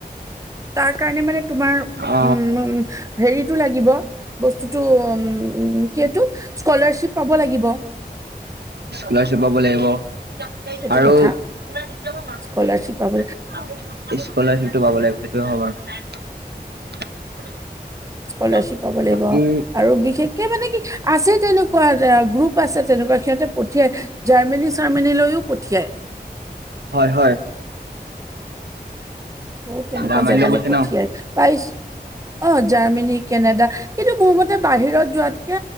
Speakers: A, on the right; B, on the right.
A: তাৰ কাৰণে মানে তোমাৰ,
B: অ
A: উম। হেৰিটো লাগিব, বস্তুটো উ কি এইটো, স্কলাৰশ্বিপ পাব লাগিব!
B: স্কলাৰশ্বিপ পাব লাগিব! আৰু
A: সেইটো কথা
B: স্কলাৰশ্বিপটো পাব
A: স্কলাৰশ্বিপ
B: লাগিব
A: পাব
B: সেইটোৱে হয় বাৰু। <unintelligible>
A: স্কলাৰশ্বিপ পাব লাগিব,
B: বাকী
A: আৰু বিশেষকে মানে কি, আছে। তেনেকুৱা গ্ৰুপ আছে তেনেকুৱা, সিহঁতে পঠিয়ায়। জাৰ্মানী চাৰমিনিলৈও পঠিয়ায়।
B: হয় হয়।
A: বহুত তেনেকুৱা
B: ৰামানন্দ
A: জেগালৈ
B: কৈছে
A: পঠিয়ায়।
B: ন
A: পাইছোঁ অ' জাৰমানি কেনেদা, কিন্তু মোৰ মতে বাহিৰত যোৱাতকে